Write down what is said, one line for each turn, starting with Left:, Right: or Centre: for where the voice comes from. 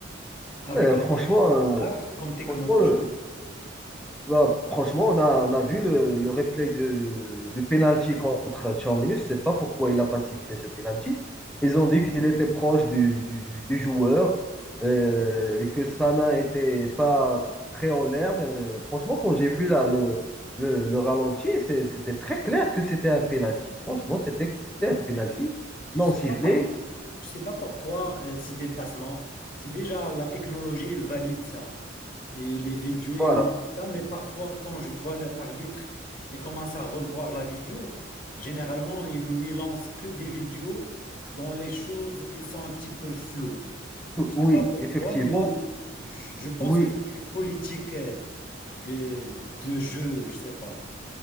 Left: Avec
Centre: Mais
Left: la
Centre: franchement,
Left: prise du VAR
Centre: euh,
Left: comme technologie,
Centre: franchement, le, Bah, franchement, on a, on a vu le, le replay de, de penalty contre Tchouaméni. Je ne sais pas pourquoi il n'a pas sifflé ce penalty. Ils ont dit qu'il était proche du, du- du joueur euh, et que sa main était pas très en l'air. Mais euh, franchement, quand j'ai vu là, le, le, le ralenti, c'est- c'était très clair que c'était un penalty. Franchement, c'était c'était un penalty
Left: vrai.
Centre: non
Left: Je sais
Centre: sifflé.
Left: pas par- je sais pas pourquoi euh, ces dépassements. C'est déjà la technologie, elle valide ça. Et les vidéos, ils
Centre: Voilà.
Left: montrent ça. Mais parfois, quand je vois le- l'arbitre, il commence à revoir la vidéo. Généralement, il lui lance que des vidéos dont les choses, ils sont un petit peu floues. Je sais
Centre: Oui,
Left: pas pourquoi,
Centre: effectivement.
Left: mais je je pense
Centre: Oui,
Left: que c'est une politique euh, de, de jeu. Je sais pas.